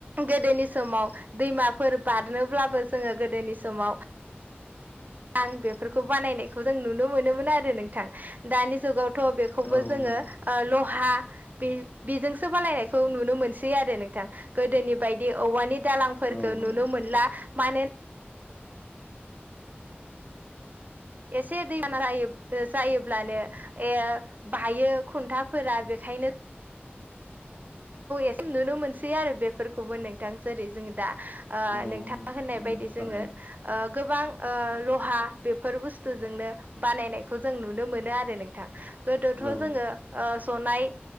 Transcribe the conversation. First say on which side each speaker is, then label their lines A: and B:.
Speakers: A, on the right (about 45°); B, on the left (about 30°).
A: गो दोनि समाव दैमाफोर बारनोब्लाबो जोंङो गोदोनि समाव आं बेफोरखौ बानायनायखौ जों नुनो मोनोमोन आरो नोंथां। दानि जुगावथ' बेखौबो
B: औ
A: जोंङो
B: नंगौ
A: ओ ल' हा बेजोंसो बालायनायखौ नुनो मोनसै आरो नोंथां गोदोनि बायदि औवानि दालांफोरखो
B: औ नंगौ
A: नुनो मोनला मानो एसे दैबाना जायो-जायोब्लानो ए बायो खुन्थाफोरा बे खायनो औ एसेम नुनो मोनसै आरो बेफोरखौबो नोंथां जेरै जों दा ओ
B: औ
A: नोंथाङा
B: नोंथां
A: होननाय
B: नंगौ
A: बायदि जोङो
B: थारैनो
A: ओ गोबां ओ लहा बेफोर बुस्थुजोंनो बानायनायखौ जों नुनो मोनो आरो नोंथां गोदोथ'
B: औ
A: जोङो ओ जनाय